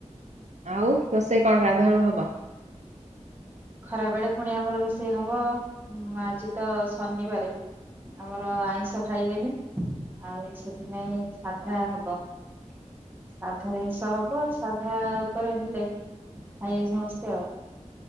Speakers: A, on the right; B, on the right.
A: ଆଉ ରୋଷେଇ କଣ ଗାଧୁଆଳୁ ହବ।
B: ଖରା ବେଳେ ପୁଣି ଆମର ରୋଷେଇ ହବ ଆଜି ତ ଶନିବାରେ ଆମର ଆଇଁଷ ଖାଇବେନି ଆଉ ସେଥିପାଇଁ ସାଧା ହବ। ସାଧା ଜିନିଷ ହବ ସାଧା ଆଉ। ପରେ ହେଲେ ଖାଇବ ସମସ୍ତେ ଆଉ।